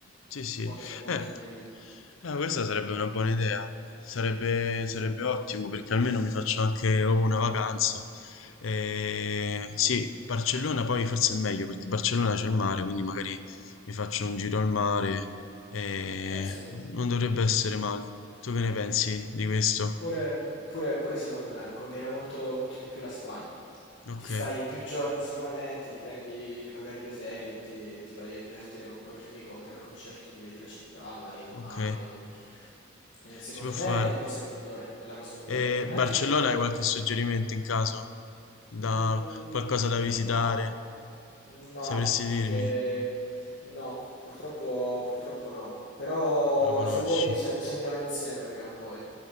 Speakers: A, on the left (about 80°); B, on the left (about 60°).
A: Sì, sì.
B: è molto ma molto
A: Eh,
B: meglio.
A: eh, questa sarebbe una buona idea. Sarebbe, sarebbe ottimo perché almeno mi faccio anche oh, una vacanza. Eh, sì, Barcellona poi forse è meglio perché Barcellona c'è il mare, quindi magari mi faccio un giro al mare. eh,
B: Beh, sì.
A: non dovrebbe essere male. Tu che ne pensi di questo?
B: Pure, pure- pure secondo me conviene molto, molto di più la Spagna.
A: Ok,
B: Ti stai più giorni sicuramente, ti prendi magari le ferie e ti, ti vai a divertire con qualche amico, oltre al concerto ti vedi la città, vai al mare.
A: ok,
B: Eh, secondo
A: si può fare.
B: me è la cosa migliore, è la cosa migliore.
A: E
B: Anche
A: Barcellona
B: perché...
A: hai
B: p-
A: qualche suggerimento in caso? Da
B: Mm,
A: qualcosa da visitare?
B: no, No,
A: Sapresti
B: perché
A: dirmi?
B: no, purtroppo, purtroppo no. Però
A: La conosci.
B: se vuoi ce- ci andiamo insieme prima o poi.